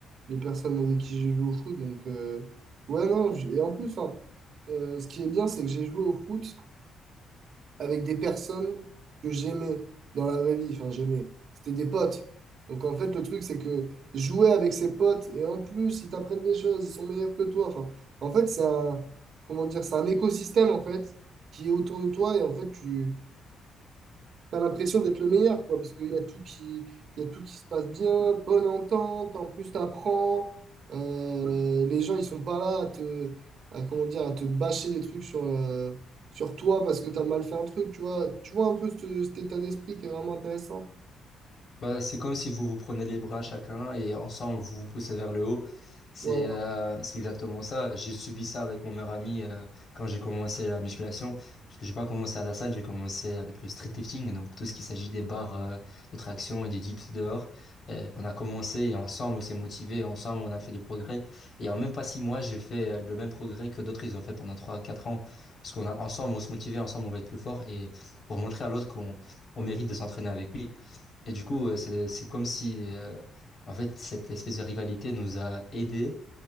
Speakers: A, on the right; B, on the left.
A: les personnes avec qui j'ai joué au foot. Donc, euh, ouais, non, j- et en plus, hein, euh, ce qui est bien, c'est que j'ai joué au foot avec des personnes que j'aimais dans la vraie vie. Enfin, j'aimais. C'était des potes. Donc, en fait, le truc, c'est que jouer avec ses potes, et en plus, ils t'apprennent des choses, ils sont meilleurs que toi. Enfin, en fait, c'est un, comment dire, c'est un écosystème, en fait, qui est autour de toi. Et en fait, tu, T'as l'impression d'être le meilleur, quoi, parce qu'il y a tout qui, il y a tout qui se passe bien, bonne entente, en plus t'apprends, euh, les gens ils sont pas là à te, à, comment dire, à te bâcher des trucs sur, euh, sur toi parce que t'as mal fait un truc, tu vois, tu vois un peu ce- cet état d'esprit qui est vraiment intéressant.
B: Bah, c'est comme si vous vous prenez les bras chacun et ensemble vous vous poussez vers le haut. C'est
A: Voilà.
B: euh, c'est exactement ça. J'ai subi ça avec mon meilleur ami euh, quand j'ai commencé la musculation. Parce que j'ai pas commencé à la salle, j'ai commencé avec le street lifting. Donc tout ce qui s'agit des barres euh, de traction et des dips dehors. Euh, on a commencé et ensemble on s'est motivé, ensemble on a fait du progrès. Et en même pas six mois, j'ai fait euh, le même progrès que d'autres ils ont fait pendant trois quatre ans. Parce qu'on a ensemble on se motivait, ensemble on va être plus fort et pour montrer à l'autre qu'on on mérite de s'entraîner avec lui. Et du coup, euh, c'est, c'est comme si, euh, en fait, cette espèce de rivalité nous a aidés.